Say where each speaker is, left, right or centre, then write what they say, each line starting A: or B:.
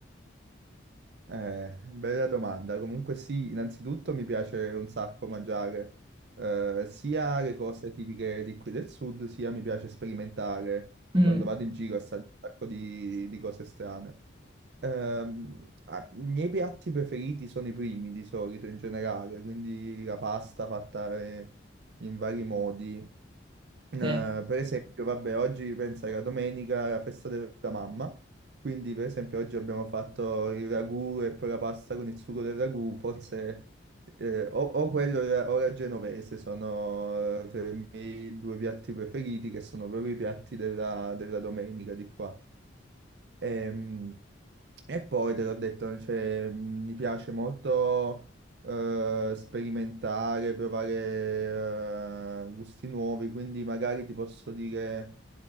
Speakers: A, on the right; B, on the right.
A: Eh, bella domanda. Comunque sì, innanzitutto mi piace un sacco mangiare eh, sia le cose tipiche di qui del sud, sia mi piace sperimentare
B: Mm,
A: quando vado in giro assaggio un sacco di, di cose strane. Ehm, ah, i miei piatti preferiti sono i primi di solito in generale, quindi la pasta fatta eh, in vari modi. Eh,
B: sì.
A: per esempio, vabbè, oggi pensa che la domenica è la festa della mamma, quindi per esempio oggi abbiamo fatto il ragù e poi la pasta con il sugo del ragù, forse eh, o, o quello
B: Mm.
A: o la o la genovese sono eh, tra i miei due piatti preferiti che sono proprio i piatti della, della domenica di qua. Ehm, E, poi te l'ho detto, cioè, mi piace molto eh, sperimentare, provare eh, gusti nuovi, quindi magari ti posso dire